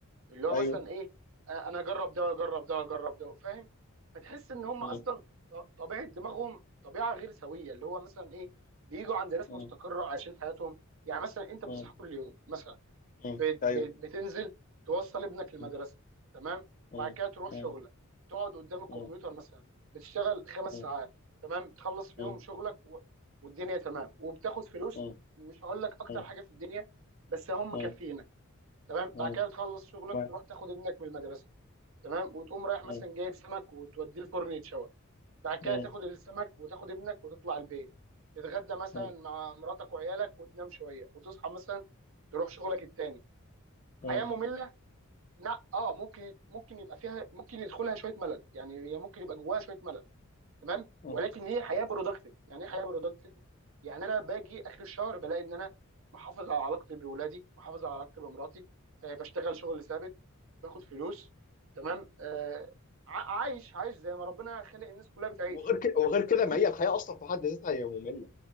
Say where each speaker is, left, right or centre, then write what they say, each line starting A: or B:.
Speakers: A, on the right (about 65°); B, on the left (about 40°).
A: اللي هو
B: ايوه
A: مثلا ايه آه، انا اجرب ده واجرب ده واجرب ده فاهم فتحس ان هم
B: مم.
A: اصلا ط- طبيعه دماغهم طبيعه غير سويه اللي هو مثلا ايه بيجوا عند ناس
B: مم.
A: مستقره عايشين حياتهم يعني مثلا انت بتصحى
B: مم.
A: كل يوم مثلا
B: مم.
A: بت-
B: ايوه
A: بت- بتنزل توصل ابنك
B: مم.
A: المدرسه تمام
B: مم.
A: بعد كده تروح
B: مم.
A: شغلك تقعد قدام الكمبيوتر
B: مم.
A: مثلا بتشتغل خمس
B: مم.
A: ساعات تمام بتخلص فيهم
B: مم.
A: شغلك و... والدنيا تمام وبتاخد فلوس
B: مم.
A: مش هقول لك اكتر
B: مم.
A: حاجه في الدنيا بس هم
B: مم.
A: مكفينك تمام
B: مم.
A: بعد كده بتخلص شغلك
B: تمام
A: تروح تاخد ابنك من المدرسه تمام وتقوم رايح مثلا
B: مم.
A: جايب سمك وتوديه الفرن يتشوى بعد كده
B: مم.
A: تاخد السمك وتاخد ابنك وتطلع البيت تتغدى مثلا
B: مم.
A: مع مراتك وعيالك وتنام شويه وتصحى مثلا تروح شغلك التاني حياه
B: مم.
A: ممله لا اه ممكن ممكن يبقى فيها ممكن يدخلها شويه ملل يعني هي ممكن يبقى جواها شويه ملل تمام
B: مم.
A: ولكن هي حياه برودكتيف يعني ايه حياه برودكتيف يعني انا باجي اخر الشهر بلاقي ان انا محافظ على علاقتي بولادي محافظ على علاقتي بمراتي آه بشتغل شغل ثابت باخد فلوس تمام آه ع- عايش عايش زي ما ربنا خلق الناس كلها بتعيش
B: وغير كده وغير كده
A: فاهمني
B: ما هي الحياه اصلا في حد ذاتها هي ممله